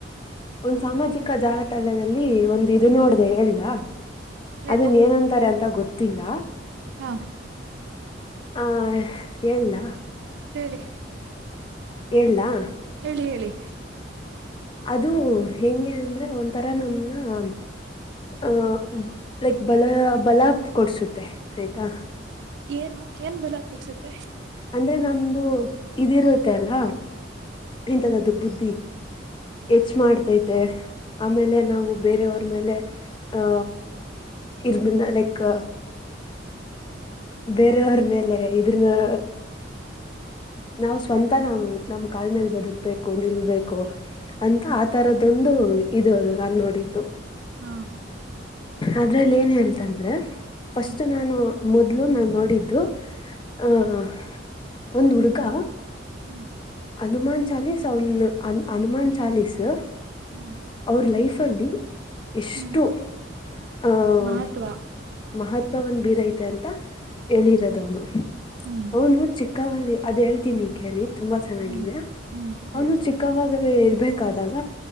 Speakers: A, on the left; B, on the right.
A: ಒಂದ್ ಸಾಮಾಜಿಕ ಜಾಲತಾಣದಲ್ಲಿ ಒಂದು ಇ ನೋಡ್ದ ಹಲ್ಲ ಅದನ್
B: ಏನು
A: ಏನಂತಾರೆ ಅಂತ ಗೊತ್ತಿಲ್ಲ
B: ಹಾ
A: ಆ ಹೇಳಲ್ಲ
B: ಹೇಳಿ
A: ಹಳ್ಲಾ
B: ಹೇಳಿ ಹೇಳಿ
A: ಅದು ಹೆಂಗೆ ಅಂದ್ರೆ ಒಂಥರ ನಮ್ನ ಹ ಹ್ಮ್ ಲೈಕ್ ಬಲ ಬಲ ಕೊಡ್ಸುತ್ತೆ ಮ ಆಯ್ತಾ
B: ಏನು ಏನ್ ಬಲ ಕೊಡ್ಸುತ್ತೆ
A: ಅಂದ್ರೆ ನಮ ಇದು ಇದಿರುತ್ತೆ ಅಲ್ಲ ಎಂಂತದದ್ದು ಬುದ್ಧಿ ಹೆಚ್ ಮಾಡ್ತೈತೆ ಆಮೇಲೆ ನಾವು ಬೇರೆಯವರ ಮೇಲೆ ಹ ಇರ್ಬನ್ನ ಲೈಕ್ ಬೇರೆಯವ್ರ ಮೇಲೆ ಅ ನಾವ್ ಸ್ವಂತ ನಾವ್ ನಮ್ ಕಾಲ್ ಮೇಲ್ ಬದುಕ್ಬೇಕು ನಿಲ್ಬೇಕು ಅಂತ ಆತರದೊಂದು ಒಂದು ಇದು ಅದು ನನ್ ನೋಡಿದ್ದು
B: ಹಾ
A: ಅದ್ರಲ್ಲಿ ಏನ್ ಹೇಳ್ತಂದ್ರೆ ಫಸ್ಟ್
B: ಹಾ
A: ನಾನು ಮೊದ್ಲು ನಾನು ನೋಡಿದ್ದು ಆಹ
B: ಹ್ಮ್
A: ಒಂದು ಹುಡುಗ <inaudible>
B: ಹ್ಮ್
A: ಹನುಮನ್ ಚಾಾಲಿಸಸ್ ಹನುಮನ್ ಚಾಾಲಿಸಸ್
B: ಹ್ಮ್
A: ಅವ್ರ ಲೈಫ್ಲ್ಲಿ ಎಷ್ಟು
B: ಹ್ಮ್
A: ಆಹ್
B: ಮಹತ್ವ
A: ಮಹತ್ವವನ್ನು ಬೀರೈತ ಅಂತ ಹೇಳಿರೋದ
B: ಹ್ಮ್
A: ಅವನು
B: ಹ್ಮ್
A: ಅವನು ಚಿಕ್ಕ ಕಾವಾಲಿ ಅದ ಹೇಳ್ತೀನಿ ಕೇಳಿ ತುಂಬಾ ಚೆನ್ನಾಗಿದ
B: ಹ್ಮ್ ಹ್ಮ್ ಹೇಳಿ
A: ಅವನು ಚಿಕ್ಕವಾಗ ಹಾಗೇ ಇರ್ಬೇಕಾದಾಗ